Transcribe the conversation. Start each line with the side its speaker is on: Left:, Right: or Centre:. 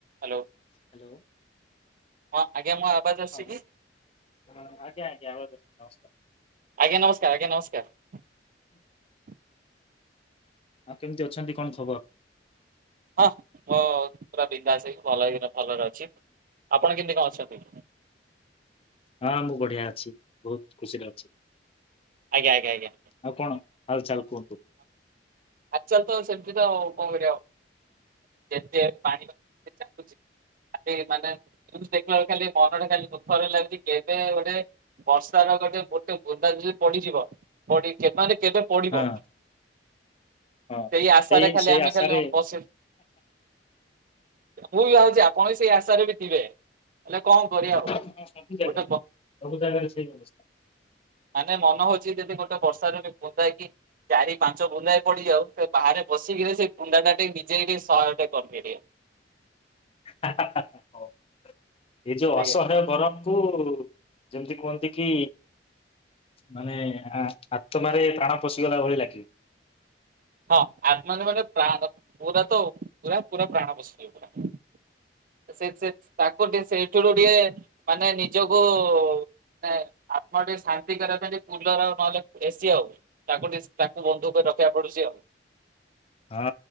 Right: Hello.
Left: Hello.
Right: ହଁ ଆଜ୍ଞା। ମୋ ଆବାଜ ଆସୁଛି
Left: ହଁ ହ
Right: କି?
Left: ଆଜ୍ଞା ଆଜ୍ଞା ଆବା ନମସ୍କାର ।
Right: ଆଜ୍ଞା ନମସ୍କାର ଆଜ୍ଞା ନମସ୍କାର।
Left: ଆଉ କେମିତି ଅଛନ୍ତି କଣ ଖବର?
Right: ହଁ ମୋ ପୁରା ବିନଦାସ ହେଇକି ଭଲ ଭଲରେ ଅଛି। ଆପଣ କେମିତି କଣ ଅଛନ୍ତି?
Left: ହଁ ମୁଁ ବଢିଆ ଅଛି ବହୁତ ଖୁସିରେ ଅଛି।
Right: ଆଜ୍ଞା ଆଜ୍ଞା ଆଜ୍ଞା
Left: ଆଉ କଣ ଆଉ ଚାଲ? କୁହନ୍ତୁ ।
Right: ଆଜିକାଲି ତ ସେମିତି ତ ଆଉ କଣ କରିବା ଆଉ । ଯେତେ ପାଣି ଚା <unintelligible> ଖାଲି ମାନେ ଦେଖ ବେଳେ ଖାଲି ମନଟା ଖାଲି ଦୁଃଖର ଲାଗୁଚି କେବେ ଗୋଟେ ବର୍ଷା ର ଗୋଟେ ଗୋଟେ ବୁନ୍ଦା ଯଦି ପଡିଯିବ ପଡି ମାନ କେବେ ପଡିବ?
Left: ହଁ ହଁ।
Right: ସେଇ ଆଶାରେ ଖାଲି
Left: ସେଇ
Right: ଆମେ
Left: ଆଶାରେ
Right: ଖାଲି ବସ ମୁଁ ବି ଭାବୁଚି କଣ ସେଇ ଆଶାରେ ବି ଥିବେ ହେଲେ କଣ କରିବା
Left: ହଁ,
Right: ହ
Left: ସବୁ ଜାଗାରେ
Right: ଗୋଟେ
Left: ସବୁ ଜାଗାରେ ସେଇ ଅବସ୍ଥା
Right: ମାନେ ମନ ହଉଚି ଯଦି ଗୋଟେ ବର୍ଷା ର ବି ବୁନ୍ଦାଏ ବି ତ ଚାରି ପାଞ୍ଚ ବୁନ୍ଦାଏ ପଡିଯାଉ, ସେ ବାହାରେ ବସିକିରି ସେ ବୁନ୍ଦା ଟା ଟିକେ ନିଜେ ଟିକେ ସହାୟ ଟ କରିବେ ଟିକେ
Left: ହା ହା ହା ହା ହଁ । ଏଇ ଯଉ
Right: ଆଜ୍ଞା
Left: ଅସହାୟ ଗରମ୍ କୁ ଯେମିତି କୁହନ୍ତି କି ମାନେ ଆ ଆତ୍ମାରେ ପ୍ରାଣ ପଶିଗଲା ଭଳି ଲାଗେ।
Right: ହଁ ଆତ୍ମା ରେ ମାନେ ପ୍ରାଣ, ପୁରା ତ ପୁରା ପୁରା ପ୍ରାଣ ପଶିଯିବ ପୁରା । ସେ ସେ ସେ ତା ନ୍ତି ସେଇଠରୁୁ ଟିକେ ମାନେ ନିଜକୁ ଆତ୍ମା ଟିକେ ଶାନ୍ତି କରିବା ପାଇଁ ଟିକେ କୁଲର ଆଉ ନହେଲେ ଏସି ଆଉ ତାକୁ ଟିକ ତାକୁ ବନ୍ଧୁ କରି ରଖିବାକୁ ପଡୁଚି ଆଉ।
Left: ହଁ